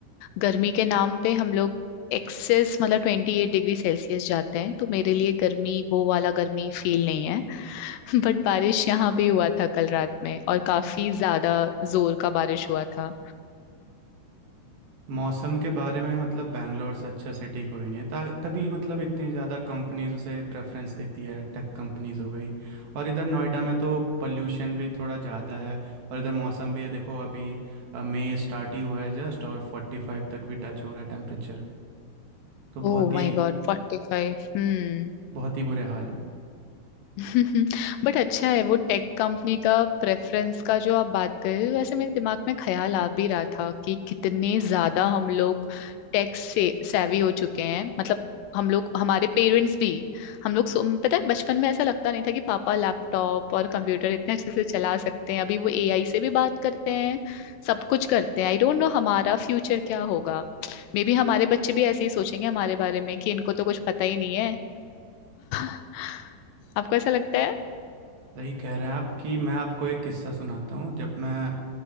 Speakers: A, on the left; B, on the right.
A: गर्मी के नाम पे हम लोग एक्सेस मतलब ट्वेंटी एट डिग्री सेल्सियस जाते हैं तो मेरे लिए गर्मी वो वाला गर्मी फील नहीं है <laughs> बट बारिश यहाँ भी हुआ था कल रात में और काफी ज्यादा जोर का बारिश हुआ था
B: मौसम के बारे में मतलब बैंगलोर से अच्छा सिटी कोई नहीं है ता तभी मतलब इतनी ज़्यादा कंपनीज उसे प्रेफरेंस देती है टेक कंपनीज हो गई और इधर नोएडा में तो पोल्यूशन भी थोड़ा ज़्यादा है और इधर मौसम भी है देखो अभी अ, मई स्टार्ट ही हुआ है जस्ट और फोर्टी फाइव तक भी टच हो रहा है टेम्परेचर तो बहुत
A: Oh my
B: ही
A: God फोर्टी फाइव Hmm
B: बहुत ही बुरे हाल है
A: <laughs> But अच्छा है वो टेक कंपनी का प्रेफरेंस का जो आप बात कर रहे हो वैसे मेरे दिमाग में ख्याल आ भी रहा था कि कितने ज्यादा हम लोग टेक से savvy हो चुके हैं मतलब हम लोग हमारे पेरेंट्स भी हम लोग सो- पता है बचपन में ऐसा लगता नहीं था कि पापा लैपटॉप और कंप्यूटर इतने अच्छे से चला सकते हैं अभी वो एआई से भी बात करते हैं सब कुछ करते हैं आई डोंट नो हमारा फ्यूचर क्या होगा मे बी हमारे बच्चे भी ऐसे ही सोचेंगे हमारे बारे में कि इनको तो कुछ पता ही नहीं है <laughs> आपको ऐसा लगता
B: सही कह रहे हैं आप कि मैं आपको एक किस्सा सुनाता हूँ जब मैं